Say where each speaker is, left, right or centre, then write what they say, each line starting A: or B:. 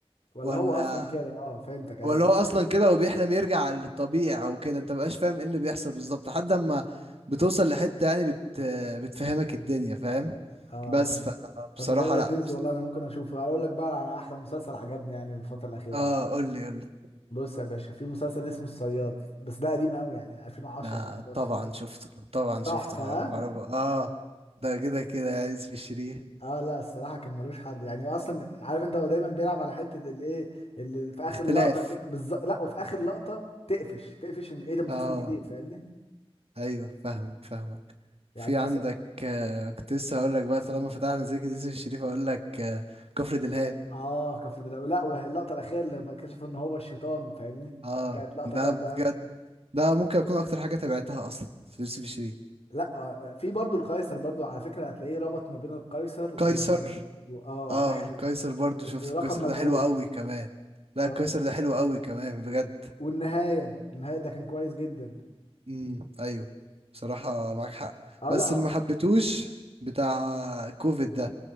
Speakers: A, on the left; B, on the right.
A: ولا
B: ولا
A: هو اصلا كده اه فهمتك ايوه
B: ولا هو اصلا كده هو بيحلم يرجع للطبيعي او كده انت مبقاش فاهم ايه اللي بيحصل بالظبط لحد اما بتوصل لحتة يعني بت بتفهمك الدنيا فاهم
A: اه
B: بس
A: عن
B: فبصراحة
A: طب ده لذيذ
B: لا بس...
A: والله انا ممكن اشوفه اقول لك بقى على احلى مسلسل عجبني يعني الفتره الاخيره
B: اه
A: دي
B: قول لي قول لي
A: بص يا باشا في مسلسل اسمه الصياد بس ده قديم قوي يعني 2010
B: آه
A: 2011
B: طبعا شفته طبعا شفته
A: تحفه اه
B: آه، بعرف اه ده كده كده يا يوسف الشريف
A: آه، لا الصراحه كان ملوش حد يعني اصلا عارف انت هو دايما بيلعب على حته الايه اللي في اخر
B: اختلاف
A: لقطه كده بالظبط لا وفي اخر لقطه تقفش تقفش ان ايه ده مسلسل
B: اه
A: جديد فاهمني
B: ايوه فاهمك فاهمك
A: يعني
B: في
A: مثلا
B: عندك آه كنت لسه هقول لك بقى طالما فتحنا زي كده يوسف الشريف هقول لك آه كفر دلهاب
A: اه كفر دلوقتي لا واللقطه الاخيره لما اكتشفوا ان هو الشيطان فاهمني
B: اه
A: كانت لقطه
B: ده
A: جامده
B: بجد
A: قوي
B: ده ممكن اكون اكتر حاجه تابعتها اصلا في يوسف الشريف
A: لا آه، في برضو القيصر برضو على فكرة هتلاقيه ربط ما بين القيصر و...
B: قيصر
A: و... اه
B: اه
A: ده ح...
B: القيصر برضو
A: و-
B: شفت
A: ورقم
B: القيصر
A: مجهول
B: ده حلو قوي كمان لا
A: آه.
B: القيصر ده حلو قوي كمان بجد
A: والنهاية النهاية ده كان كويس جدا
B: امم ايوه بصراحه معاك حق
A: اه
B: بس
A: لا
B: اللي
A: هو
B: ما حبيتهوش بتاع كوفيد ده